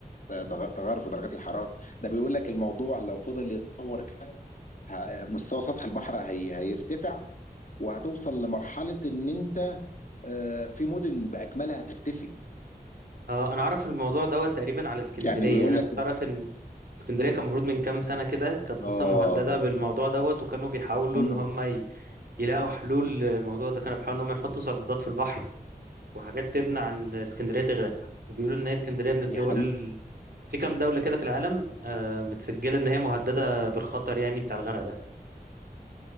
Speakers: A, on the left; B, on the right.
A: تغ- تغير في درجات الحرارة ده بيقول لك الموضوع لو فضل يتطور ه- مستوى سطح البحر هي هيرتفع وهتوصل لمرحلة ان انت آه، في مدن بأكملها هتختفي
B: اه انا اعرف الموضوع دوت تقريبا على اسكندريه
A: يعني بيقول
B: يعني انا
A: لك
B: كنت اعرف ان اسكندريه كان المفروض من كام سنه كده كانت اصلا
A: اه
B: مهدده بالموضوع دوت وكانوا بيحاولوا
A: مم.
B: ان هم ي- يلاقوا حلول للموضوع ده كانوا بيحاولوا ان هم يحطوا سدادات في البحر وحاجات تمنع ان اسكندريه تغرق وبيقولوا ان هي اسكندريه من الدول
A: يا حبيبي
B: ال... في كام دوله كده في العالم آه متسجله ان هي مهدده بالخطر يعني بتاع الغرق ده